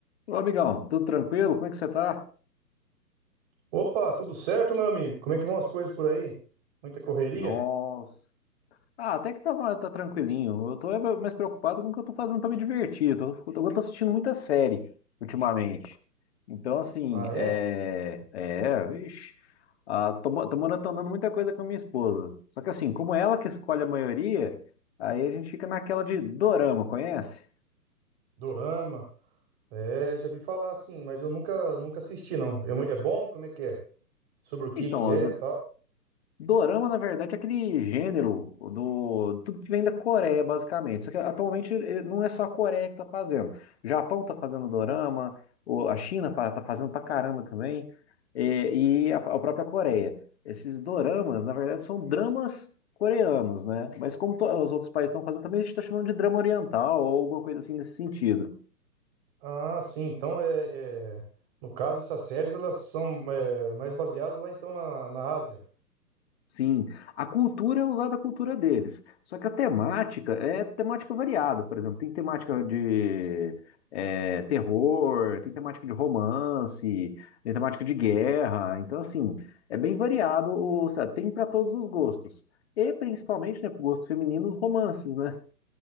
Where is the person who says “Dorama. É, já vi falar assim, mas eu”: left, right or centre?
Right